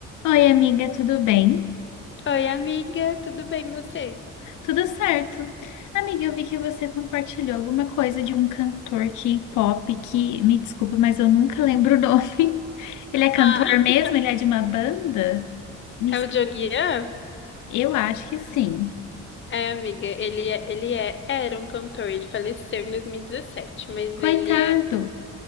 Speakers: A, on the left; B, on the left.
A: Oi, amiga, tudo bem?
B: Oi, amiga, tudo bem você?
A: Tudo certo. Amiga, eu vi que você compartilhou alguma coisa de um cantor K-pop que, me desculpa, mas eu nunca lembro o nome. <laughs> Ele é cantor
B: Ah,
A: mesmo?
B: <laughs>
A: Ele é de uma banda? Me
B: É
A: explica.
B: o Dioguian?
A: Eu acho que sim.
B: É, amiga, ele é, ele é, era um cantor, ele faleceu em 2017, mas
A: Coitado.
B: ele é,